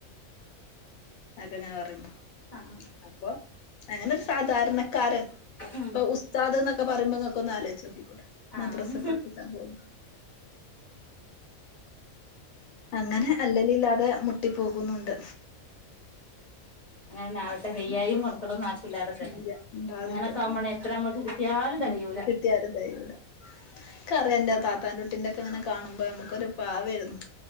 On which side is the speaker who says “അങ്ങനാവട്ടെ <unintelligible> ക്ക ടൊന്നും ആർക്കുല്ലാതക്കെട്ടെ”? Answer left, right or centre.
Left